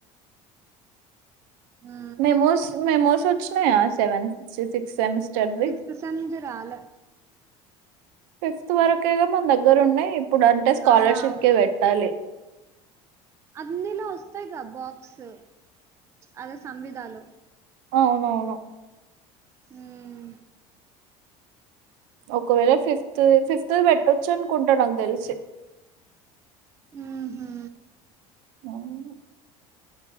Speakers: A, on the right (about 20°); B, on the right (about 75°).
A: ఆ
B: మెమోస్ మెమోస్ వచ్చినయా సెవెన్ సిక్స్త్ సెమిస్టర్ది.
A: సిక్త్ సెమ్మ్ ది రాళే
B: ఫిఫ్త్ వరకేగా మన దగ్గర ఉన్నయి ఇప్పుడు అంటే స్కాలర్షిప్
A: ఆ! అవును.
B: కేే పెట్టాలి.
A: అన్నిలో వస్తాయి క బాక్స్ అదే సంవిధాలు
B: అవవ
A: హ్మ్
B: ఒకవేళ ఫిఫ్త్ ఫిఫ్త్ పెట్టొచ్చు అనుకుంటా నాకు తెలిసి
A: నా హ
B: అవును